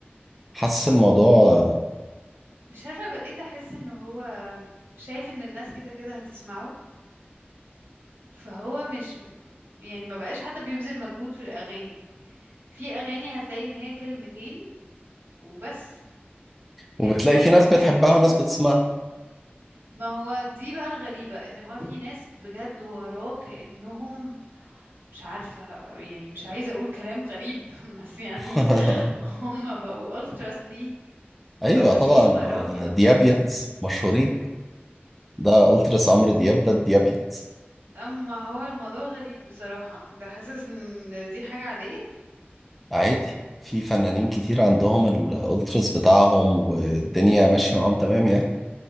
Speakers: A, in the centre; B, on the right (about 70°).
A: حاسس الموضوع
B: مش عارفة بقيت احس ان هو شايف ان الناس كده كده هتسمعه فهو مش يعني ما بقاش حتى بيبذل مجهود في الاغاني في اغاني هتلاقي ان هي كلمتين وبس هي
A: وبتلاقي
B: طول
A: في
B: الأغنية
A: ناس بتحبها
B: بيقول كده
A: وناس بتسمعها
B: ما هو دي بقى الغريبة ان هو في ناس بجد وراه كأنهم مش عارفة يعني مش عايزة اقول كلام غريب <laughs> بس يعني
A: <laughs>
B: هم بقوا ultras ليه
A: ايوه
B: او ماشيين
A: طبعا
B: وراه
A: ما
B: كده
A: ديابيانز مشهورين ده التراس عمرو دياب ده الديابيانز
B: اما هو الموضوع غريب بصراحة انت حاسس ان دي حاجة عادية
A: عادي في فنانين كتير عندهم الالتراس بتاعهم والدنيا ماشيه معاهم تمام يعني